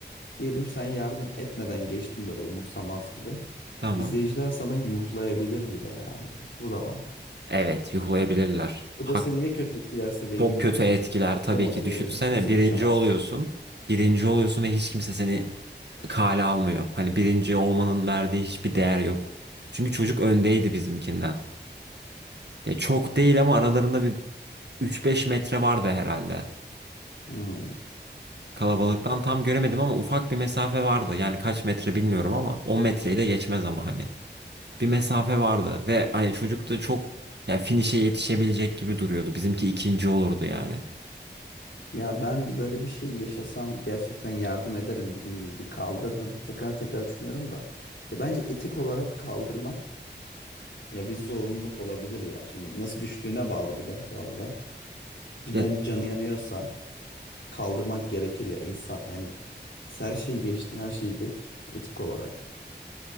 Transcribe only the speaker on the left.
Diyelim sen yardım etmeden geçtin böyle umursamaz gibi.
İzleyiciler sana yuhlayabilir bile yani. Bu da var.
Bu
da seni ya kötü etkilerse ve yine
demotive
olursun, hızlı
koşamazsın.
Hmm.
Ya ben böyle bir şey yaşasam gerçekten yardım ederim dediğim gibi bir kaldırırım. Tekrar tekrar düşünüyorum da. Ya bence etik olarak kaldırmak ya bir zorunluluk olabilir ya. Şimdi nasıl düştüğüne bağlı bir de bu arada. Cidden
bir canı yanıyorsa kaldırmak gerekir ya insan yani her şeyi geçtim her şeyi geç etik olarak.